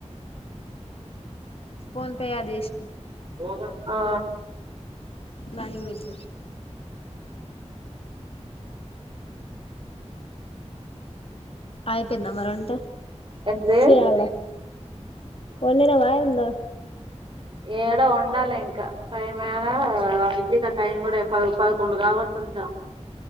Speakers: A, on the left; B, on the right.
A: ఫోన్పే యాడ్ చేస
B: రోజంతా
A: నానింగ్ విజ్ అయిపోయింద మరి వంట
B: ఏంటిది
A: చేయాల వండవా ఎంద
B: ఏదో వండాలే ఇంకా టైం మా అయింది ఇక టైం కూడా పద్ పదకొండు కావతంది ఇగా.